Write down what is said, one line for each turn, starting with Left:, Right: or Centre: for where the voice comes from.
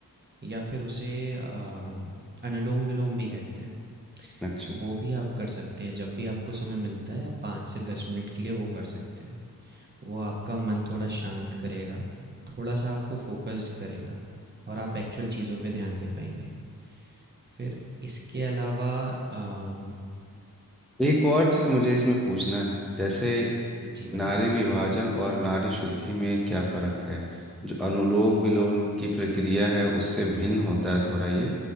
Right: या फिर उसे अम, अनुलोम विलोम भी कहते हैं
Centre: अच्छा
Right: वो भी आप कर सकते हैं जब भी आपको समय मिलता है आप पाँच से दस मिनट के लिए वो कर सकते हैं वो आपका मन थोड़ा शांत करेगा थोड़ा सा आपको फोकस्ड करेगा और आप एक्चुअल चीज़ों पे ध्यान दे पाएंगे फिर इसके अलावा अम,
Centre: एक और चीज़ मुझे इसमें पूछना है जैसे
Right: जी बताइए
Centre: नारी विभाजन और नारी शुद्धि में क्या फर्क है जो अनुलोम विलोम की प्रक्रिया है उससे भिन्न होता है थोड़ा ये